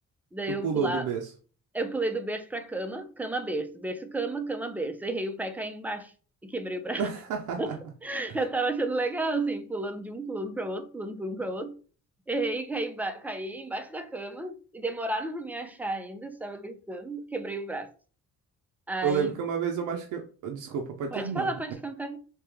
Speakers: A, in the centre; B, on the right.
A: Daí
B: Tu
A: eu
B: pulou
A: pular,
B: do berço.
A: eu pulei do berço pra cama, cama, berço, berço, cama, cama, berço. Errei o pé e caí embaixo e quebrei o braço.
B: <laughs>
A: <laughs> Eu tava achando legal, assim, pulando de um, pulando pra outro, pulando por um pra outro. Errei, caí, ba- caí embaixo da cama e demoraram pra me achar ainda, eu estava gritando, quebrei o braço. Aí,
B: Eu lembro que uma vez eu machuquei. Desculpa, pode
A: pode
B: terminar.
A: falar, pode cantar.